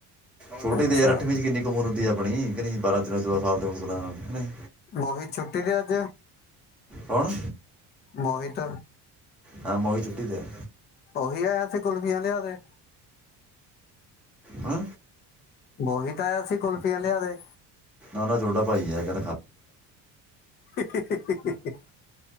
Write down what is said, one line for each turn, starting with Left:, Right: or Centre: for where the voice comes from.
Centre: ਛੋਟੀ
Left: ਅੱਛਾ
Centre: ਤੇ ਯਾਰ ਅੱਠਵੀ ਚ ਕਿੰਨੀ ਕੁਮਰ ਹੁੰਦੀ ਹੈ? ਆਪਣੀ ਨਹੀਂ ਬਾਰਾਂ -ਤੇਰਾਂ- ਚੋਦਾਂ ਸਾਲ ਤੇ ਹ ਨਹੀਂ।
Left: ਮੋਹਿਤ ਛੁੱਟੀ ਤੇ ਅੱਜ
Centre: ਹੁਣ।
Left: ਮੋਹਿਤ
Centre: ਹਾਂ ਮੋਹਿਤ ਛੁੱਟੀ ਤੇ ਹੈ।
Left: ਮੋਹਿਤ ਆਇਆ ਸੀ, ਕੁਲਫੀਆਂ ਲਿਆਦੇ।
Centre: ਹੂੰ।
Left: ਮੋਹਿਤ ਆਇਆ ਸੀ, ਕੁਲਫੀ ਲਿਆ ਦੇ।
Centre: ਉਹਦਾ ਛੋਟਾ ਭਾਈ ਹੈ ਕਹਿ
Left: ਹੀ- ਹੀ,